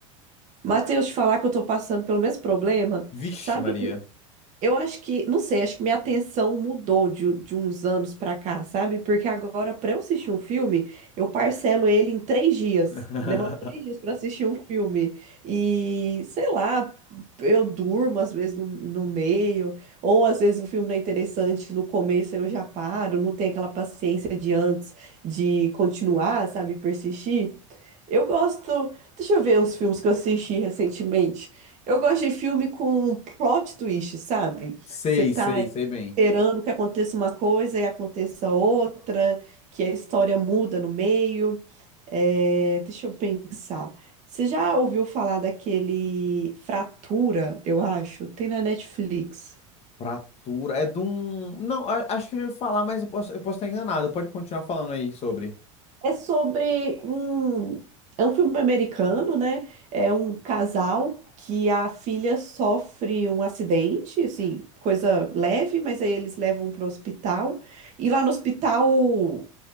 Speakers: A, on the right; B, on the left.
A: Matheus, te falar que eu tô passando pelo mesmo problema,
B: Vixe,
A: sabe?
B: Maria.
A: Eu acho que, não sei, acho que minha atenção mudou de, de uns anos pra cá, sabe? Porque agora, pra eu assistir um filme, eu parcelo ele em três dias.
B: <laughs>
A: Demora três dias pra assistir um filme. E, sei lá, eu durmo às vezes no, no meio, ou às vezes o filme não é interessante no começo, aí eu já paro, não tenho aquela paciência de antes de continuar, sabe? Persistir. Eu gosto. Deixa eu ver uns filmes que eu assisti recentemente. Eu gosto de filme com plot twist, sabe?
B: Sei,
A: Que você tá
B: sei, sei bem.
A: esperando que aconteça uma coisa e aconteça outra, que a história muda no meio. É, deixa eu pensar. Você já ouviu falar daquele Fratura, eu acho? Tem na Netflix.
B: Fratura. É de um. Não, a- acho que eu já falar, mas eu posso, eu posso estar enganado. Pode continuar falando aí sobre.
A: É sobre um. É um filme americano, né? É um casal que a filha sofre um acidente, assim, coisa leve, mas aí eles levam pro hospital. E lá no hospital